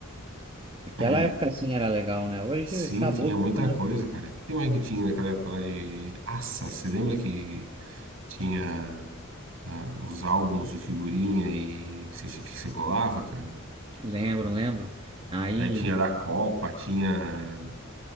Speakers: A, on the right (about 25°); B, on the right (about 65°).
A: Aquela
B: <clears throat>
A: época assim era legal, né? Hoje
B: Sim,
A: acabou
B: tinha muita
A: tudo, né?
B: coisa, cara. O que mais que tinha naquela época lá de. Nossa, você lembra que tinha ah, os álbuns de figurinha e que você, que você colava, cara?
A: Lembro, lembro. Aí
B: Daí tinha da Copa, tinha,